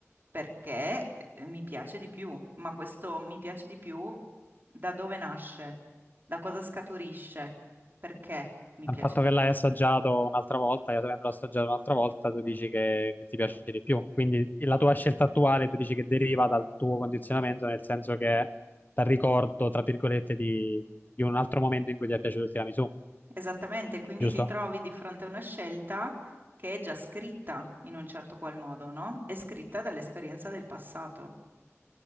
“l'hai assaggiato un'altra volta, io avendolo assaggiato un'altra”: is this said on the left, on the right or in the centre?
Left